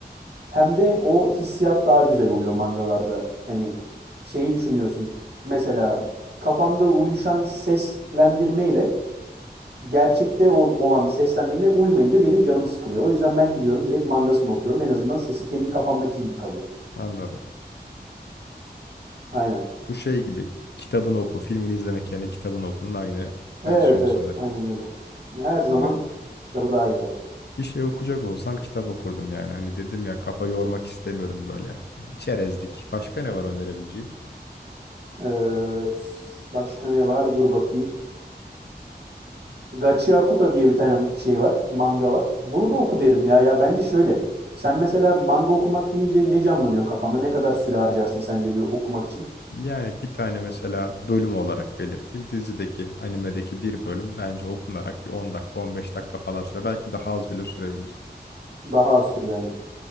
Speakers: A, on the right; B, on the left.
A: hem de o hissiyat daha güzel oluyor mangalarda. Hani şeyi düşünüyorsun. Mesela kafanda uyuşan seslendirmeyle gerçekte olan seslendirme uymayınca benim canım sıkılıyor. O yüzden ben gidiyorum direkt mangasını okuyorum. En azından sesi kendi kafamdaki gibi kalıyor.
B: Anladım.
A: Aynen.
B: Bu şey gibi kitabını oku, filmini izlemek yerine kitabını okunun aynı
A: Evet,
B: versiyonu
A: evet.
B: sanırım.
A: Aynen öyle. Her zaman
B: Ama
A: kitabı daha iyi tabii.
B: bir şey okuyacak olsam kitap okurdum yani. Hani dedim ya kafa yormak istemiyorum böyle. Hani çerezlik. Başka ne var önerebileceğin?
A: Ee, s- başka ne var? Dur bakayım. Gachi Akuta diye bir tane şey var. Manga var. Bunu da oku derim ya. Ya bence şöyle. Sen mesela manga okumak deyince ne canlanıyor kafanda? Ne kadar süre harcarsın sence bir okumak için?
B: Yani bir tane mesela bölüm olarak belirteyim. Dizideki, animedeki bir bölüm bence okunarak bir 10 dakika, 15 dakika falan sürer. Belki daha az bile sürebilir.
A: Daha az sürüyor aynen.